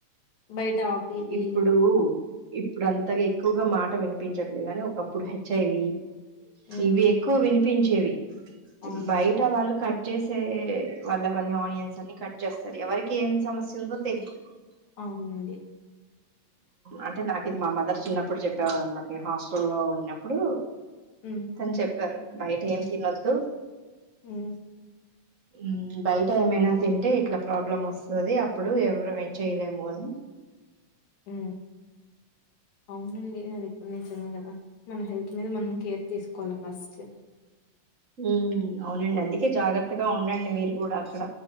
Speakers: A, on the left (about 85°); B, on the right (about 40°).
A: బయట అవి ఇవి
B: ఇప్పుడు ఇప్పుడు అంతగా ఎక్కువగా మాట మాట వినిపించట్లేగాని ఒకప్పుడు హెచ్ఐవి
A: మ్మ్
B: ఇవి ఎక్కువ వినిపించేవి ఇప్పుడు
A: అవునండి
B: బయట వాళ్ళు కట్ కట్ చేసే వాళ్ళవన్నీ ఆనియన్స్ అన్ని కట్ చేస్తారు ఎవరికి ఏం సమస్య ఉందో తెలీదు
A: అవునండి
B: అంటే నాకు ఇది మా మదర్ చిన్నప్పుడు చెప్పేవాళ్ళు అనమాట నేను హాస్టల్ లో ఉన్నప్పుడు
A: మ్మ్
B: తను చెప్పారు బయట ఏం తినొద్దు
A: ఉ
B: ఉమ్ బయట ఏమైనా తింటే ఇట్లా ప్రాబ్లం వస్తుది అప్పుడు ఎవరము ఏం చెయలేము అని
A: ఉ అవునండి అది ఎప్పుడు నుంచి వుంది కదా మన హెల్త్ మీద మనం కేర్ తీసుకోవాలి ఫస్ట్
B: ఉ అవునండి అందుకే జాగ్రత్తగా ఉండండి మీరు కూడా అక్కడ